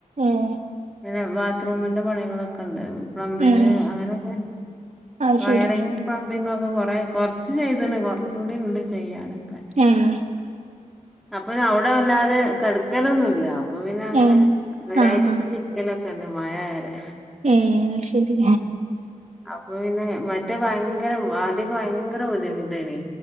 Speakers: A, on the right; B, in the centre.
A: ഏഹ്
B: പിങ്ങന്നെ ബാത്റൂമിന്റെ പണികളൊക്കെ ഉണ്ട് പ്ലംബിങ്
A: ഏഹ്
B: അങ്ങനെയൊക്കെ
A: അത്
B: വയറിങ്
A: ശരി
B: പ്ലമ്പിങ്യൊക്കെ ഒക്കെ കൊറ കൊറച്ച് ചെയ്ത്ണ്ട് കൊറച്ച കൂടി ഇണ്ട് ചെയ്യാനൊക്കെ
A: ഏഹ്
B: അപ്പൊ അവിടെ വല്ലാതെ കെട്ക്കലൊന്നില്ല അപ്പൊ പിന്നെ അങ്ങനെ
A: ഏ
B: ഒരായിട്ട
A: ആഹ് ആഹ്
B: ഇപ്പൊ ചിക്കലൊക്കെ ണ്ട് മഴ വരെ
A: ഏ ശരി
B: അപ്പൊ പിന്നെ മറ്റേ ഭയങ്കര ആദ്യൊക്കെ ഭയങ്കര ബുദ്ധിമുട്ടേയ്നി